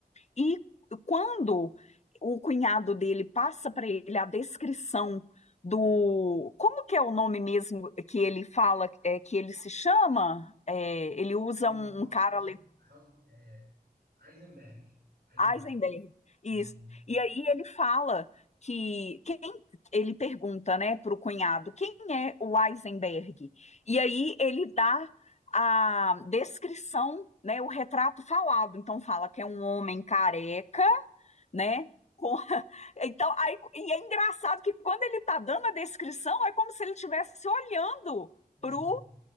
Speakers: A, on the left (about 45°); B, on the right (about 85°).
A: E quando o cunhado dele passa para ele a descrição do. Como que é o nome mesmo que ele fala, é, que ele se chama? É, ele usa
B: O
A: um,
B: Haus,
A: um cara. ale-
B: Haus, é, Eisenberg. Eisenberg.
A: Eisenberg, isso.
B: E-
A: E aí ele fala que quem ele pergunta, né, para o cunhado, quem é o Eisenberg? E aí ele dá a descrição, né, o retrato falado. Então fala que é um homem careca né? Com... <laughs> Então, aí, e é engraçado que quando ele está dando a descrição, é como se ele estivesse olhando
B: Uhum.
A: para o